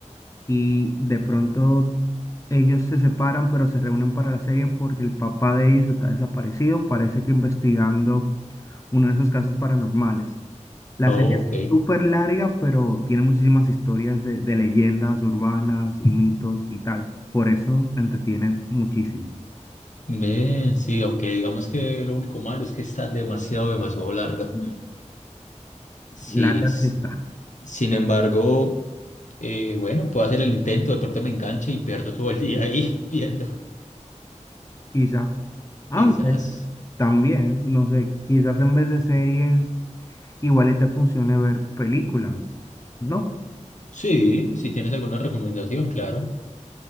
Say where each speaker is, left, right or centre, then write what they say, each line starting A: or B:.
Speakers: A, on the left; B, on the left.
A: y de pronto ellos se separan, pero se reúnen para la serie porque el papá de ellos está desaparecido, parece que investigando uno de esos casos paranormales. La
B: Oh,
A: serie es
B: ok.
A: súper larga, pero tiene muchísimas historias de, de leyendas urbanas y mitos y tal. Por eso entretienen muchísimo.
B: Ve, sí, aunque digamos que lo único malo es que está demasiado, demasiado larga.
A: Y
B: Sí,
A: Larga
B: s-
A: sí está,
B: sin embargo, eh, bueno, puedo hacer el intento, de pronto me engancha y pierdo todo el día ahí <laughs> viendo,
A: quizá. Aunque
B: quizás.
A: también, no sé, quizás en vez de series, igual y te funcione ver películas, ¿no?
B: Sí, si tienes alguna recomendación, claro.